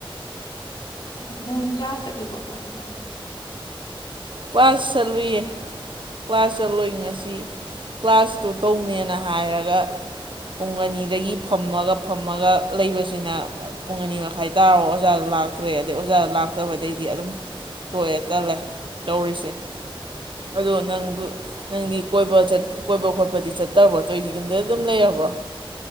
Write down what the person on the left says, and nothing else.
ꯑꫭ ꯅꯪ ꯀ꯭ꯂꯥꯁ ꯆꯠꯂꯨꯕ꯭ꯔꯣ ꯀꯃꯥꯏ ꯇꯧꯒꯦ꯫